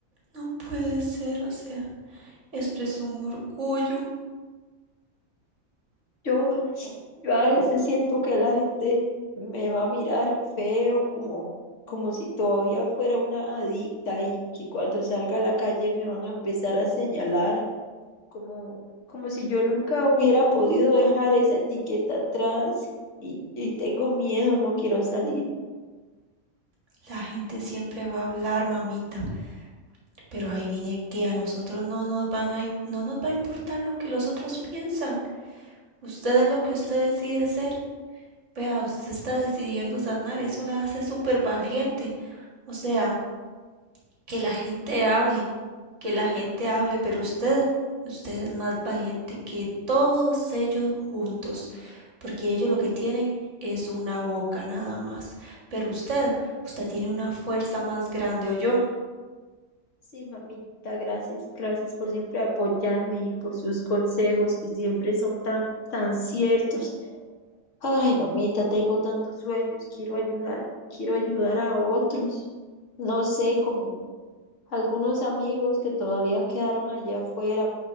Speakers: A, on the right; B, on the left.
A: No puede ser, o sea, esto es un orgullo.
B: Yo, yo a veces siento que la gente me va a mirar feo, como, como si todavía fuera una adicta y que cuando salga a la calle me van a empezar a señalar, como, como si yo nunca hubiera podido dejar esa etiqueta atrás y, y tengo miedo, no quiero salir.
A: La gente siempre va a hablar, mamita, pero ahí viene que a nosotros no nos van a, no nos va a importar lo que los otros piensan. Usted es lo que usted decide ser. Vea, usted está decidiendo sanar, eso la hace súper valiente. O sea, que la gente hable, que la gente hable, pero usted, usted es más valiente que todos ellos juntos, porque ellos lo que tienen es una boca nada más. Pero usted, usted tiene una fuerza más grande, yo
B: Sí, mamita, gracias, gracias por siempre apoyarme y por sus consejos que siempre son tan, tan ciertos. Ay, mamita, tengo tantos sueños, quiero ayudar, quiero ayudar a otros. No sé, como algunos amigos que todavía quedaron allá afuera,